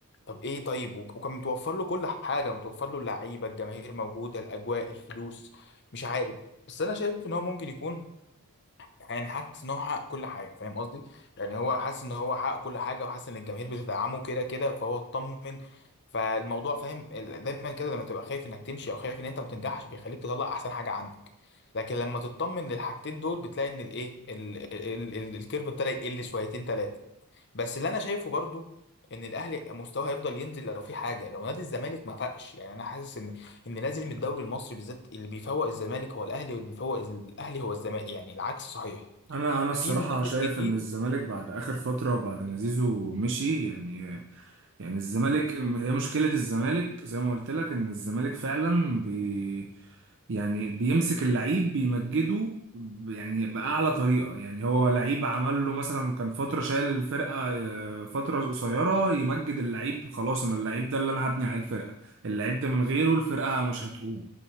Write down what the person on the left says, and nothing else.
طب إيه طيب وك- وكان متوفر له كل حاجة متوفر له اللعيبة الجماهير موجودة الأجواء الفلوس مش عارف بس أنا شايف إن هو ممكن يكون يعني حاسس ان هو حقق كل حاجه فاهم قصدي يعني هو حاسس ان هو حقق كل حاجه وحاسس ان الجماهير بتدعمه كده كده فهو اطمن فالموضوع فاهم ال- دايما كده لما تبقى خايف انك تمشي او خايف ان انت ما تنجحش بيخليك تطلع احسن حاجه عندك لكن لما تطمن للحاجتين دول بتلاقي ان الايه ال- ال- ال- الكيرف ابتدى يقل شويتين ثلاثه بس اللي انا شايفه برضو ان الاهلي مستواه هيفضل ينزل لو في حاجه لو نادي الزمالك ما فاقش يعني انا حاسس ان ان لازم الدوري المصري بالذات اللي بيفوق الزمالك هو الاهلي واللي بيفوق الاهلي هو الزمالك يعني العكس صحيح
في منافس
جديد